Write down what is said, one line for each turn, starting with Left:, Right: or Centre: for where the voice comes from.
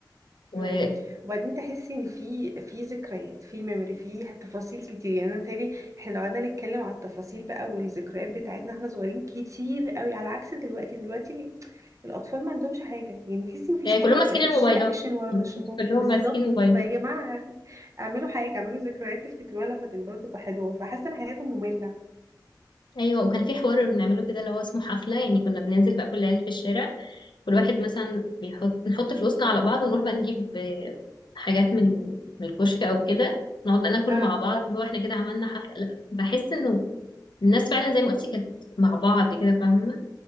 Left: وأيوه
Right: امم وبعدين تحسي ان في في ذكريات في ميموري في تفاصيل كتير يعني انا متهيألي احنا لو قعدنا نتكلم على التفاصيل بقى والذكريات بتاعتنا احنا صغيرين كتير قوي على عكس دلوقتي دلوقتي ال- الاطفال ما عندهمش حاجة يعني تحسي مفيش حاجة
Left: كلهم
Right: في
Left: ماسكين
Right: مفيش
Left: الموبايلات
Right: اكشن ولا نشاطات
Left: كلهم
Right: بالظبط
Left: ماسكين موبايل
Right: فيا جماعة <laughs> اعملوا حاجة اعملوا ذكريات تفتكروها لما تكبروا تبقى حلوة فحاسة ان حياتهم مملة
Left: ايوه وكان في حوار بنعمله كده اللي هو اسمه حفله يعني كنا بننزل بقى كل العيال في الشارع كل واحد مثلا بيحط نحط فلوسنا على بعض ونروح بقى نجيب آه، حاجات من من الكشك او كده نقعد بقى ناكل
Right: اه
Left: مع بعض اللي هو احنا كده عملنا حفله لا بحس انه الناس فعلا زي ما قلتي كانت مع بعض كده فاهمه